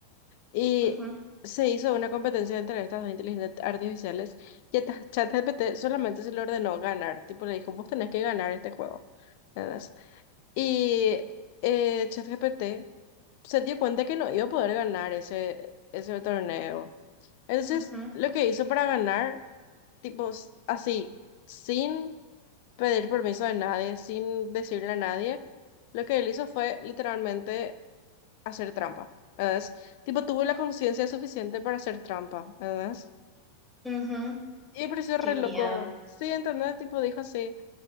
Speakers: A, on the left; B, in the centre.
A: y
B: Ujú,
A: se hizo una competencia entre estas dos inteligencias artificiales y esta ChatGPT solamente se le ordenó ganar. Tipo, le dijo, vos tenés que ganar este juego. ¿Entendés? Y eh, ChatGPT se dio cuenta que no iba a poder ganar ese, ese torneo. Entonces,
B: ujú,
A: lo que hizo para ganar, tipo, s- así, sin pedir permiso de nadie, sin decirle a nadie, lo que él hizo fue literalmente hacer trampa, ¿verdad? Tipo, tuvo la conciencia suficiente para hacer trampa, ¿verdad?
B: ujú.
A: Y me pareció re
B: Qué miedo,
A: loco. Sí, ¿entendés? Tipo, dijo así,